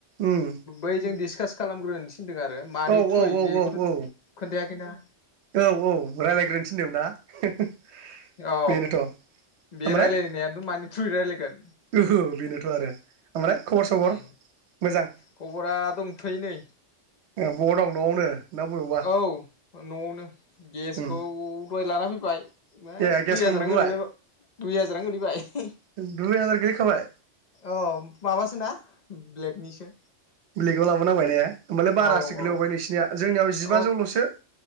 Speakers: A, on the right (about 65°); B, on the left (about 55°).
A: उम
B: बैजों दिडिसकास खालामग्रो थिनदों आरो मानि
A: औ औ
B: थ्रुयै बेखौथ
A: औ औ
B: खोन्थाया खैना
A: औ औ राय्लायग्रोनो थिनदों दा
B: औ
A: बेनोथ आमफ्राय
B: बे रायलायनायानोथ' थ्रुयै रायलायगोन
A: ओहो बेनोथ आरो ओमफ्राय खबर सबर
B: उम
A: मोजां?
B: खबरा दंथ'यो नै
A: ए बहा दं नआवनो ना बबेयावबा
B: औ नआवनो गेसखौ
A: उम
B: दहाय लाना फैबाय दुइ
A: ए गेसखौ
B: हाजारानो
A: मोनबोबाय
B: गोलैबाय दुइ हाजारानो गोलैबाय
A: दुइ हाजार गोलैखाबाय
B: औ माबासोना ब्लेकनिसो
A: ब्लेकआव लाबो नांबाय ने? होनोबालाय बारासो
B: औ
A: गोलैबवबाय नोंसिनिया जोंनियाव जिबाजौल'सो
B: औ